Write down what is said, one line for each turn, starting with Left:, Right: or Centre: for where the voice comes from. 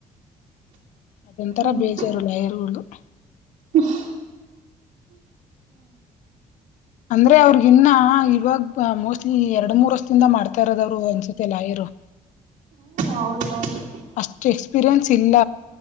Left: ಅದೊಂತರ
Right: ಹ್ಮ್
Left: ಬೇಜಾರು <unintelligible>
Right: ಹ್ಮ್
Left: ಅಂದ್ರೆ ಅವ್ರಗಿನ್ನ ಇವಾಗ ಮೋಸ್ಟ್ಲಿ ಎರಡ್ ಮೂರ್ ತಿಂದ ಮಾಡ್ತಾ ಇರೋದವ್ರು ಅನ್ಸುತ್ತೆ ಲಾಯರು
Right: ಹೌದೌದು
Left: ಅಷ್ಟು ಎಕ್ಸ್ ಪೀರಿಯನ್ಸ್ ಇಲ್ಲ.